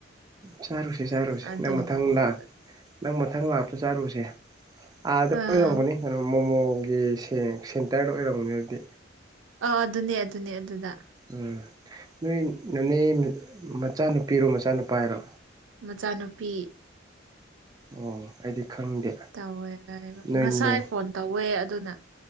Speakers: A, on the right (about 20°); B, on the right (about 75°).
A: ꯆꯔꯨꯁꯦ ꯆꯔꯨꯁꯦ
B: ꯑꯗꯨ
A: ꯅꯪ ꯃꯊꯪ
B: ꯃꯣꯃꯣ
A: ꯂꯥꯛ ꯅꯪ ꯃꯊꯪ ꯂꯥꯛꯄ ꯆꯥꯔꯨꯔꯁꯦ ꯑꯥꯗ
B: ꯑꯥ
A: <unintelligible> ꯔꯝꯕꯅꯤ꯫ ꯀꯩꯅꯣ ꯃꯣꯃꯣꯒꯤ ꯁꯦꯡ ꯁꯦꯟꯇꯔꯗ ꯑꯣꯏꯔꯝꯒꯅ ꯑꯗꯨꯗꯤ꯫
B: ꯑ ꯑꯗꯨꯅꯦ ꯑꯗꯨꯅꯦ ꯑꯗꯨꯗ꯫
A: ꯎꯝ ꯅꯣꯏ ꯅꯅꯦ ꯃꯆꯥꯅꯨꯄꯤꯔꯣ ꯃꯆꯥꯅꯨꯄꯥ ꯔꯣ꯫
B: ꯃꯆꯥꯅꯨꯄꯤ꯫
A: ꯑꯣ ꯑꯩꯗꯤ ꯈꯪꯗꯦ꯫
B: ꯇꯧꯋꯦ <unintelligible>
A: ꯅꯣꯏꯅꯦ
B: ꯉꯁꯥꯏ ꯐꯣꯟ ꯇꯧꯋꯦ ꯑꯗꯨꯅ